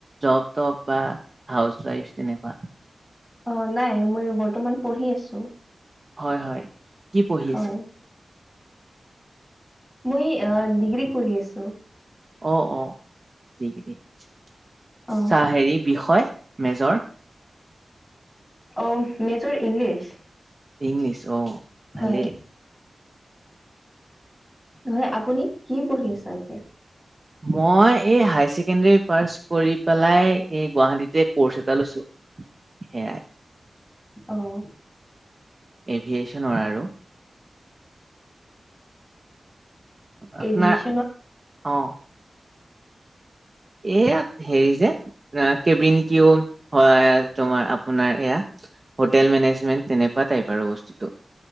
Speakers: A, on the right; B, in the centre.
A: জব তব বা হাউচ ট্ৰাইবছ তেনেকোৱা।
B: অ নাই মই বৰ্তমান পঢ়ি আছো।
A: হয় হয়, কি পঢ়ি
B: হয়
A: আছে?
B: মই আ ডিগ্ৰী কৰি আছো।
A: অ অ ডিগ্ৰী, কি
B: অ
A: চা হেৰি বিষয়? মেজৰ?
B: অ মেজৰ ইংলিছ।
A: ইংলিছ অ। ভালেই
B: হয়। নহলে আপুনি কি পঢ়ি আছ এতিয়া?
A: মই এই হাই ছেকেণ্ডাৰী পাছ কৰি পেলাই, এই গুৱাহাটীতে কৰ্চ এটা লৈছো। সেয়াই।
B: আহ।
A: এভিয়েচনৰ আৰু। আপোনাৰ
B: এভিয়েচনত
A: অ। এয়া হেৰি যে, আ কেবিন কিও হয় তোমাৰ আপোনাৰ এয়া। হোটেল মেনেজমেন্ট তেনেকুৱা টাইপৰ বস্তুটো।